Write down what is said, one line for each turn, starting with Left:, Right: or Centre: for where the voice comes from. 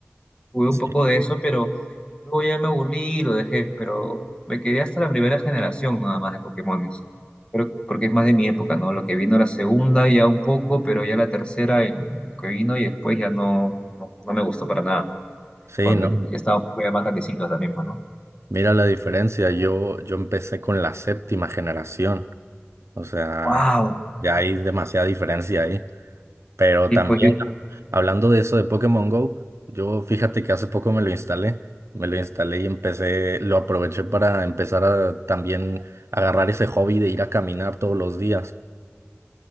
Left: Jugué
Right: Sí,
Left: un poco de eso, pero luego ya me aburrí y lo dejé. Pero me quedé hasta la primera generación nada más de Pokémones. Pero, porque es más de mi época, ¿no? Lo que vino la segunda ya un poco, pero ya la tercera, el- lo que vino y después ya no, no, no me gustó para nada.
Right: sí,
Left: Bueno,
Right: ¿no?
Left: ya ya estaba ya más grandecito también, pues, ¿no?
Right: Mira la diferencia. Yo, yo empecé con la séptima generación, o sea,
Left: ¡Wow!
Right: ya hay demasiada diferencia ahí. Pero
Left: Y
Right: también,
Left: pues, yo-
Right: hablando de eso de Pokémon Go, yo fíjate que hace poco me lo instalé, me lo instalé y empecé, lo aproveché para empezar a también agarrar ese hobby de ir a caminar todos los días.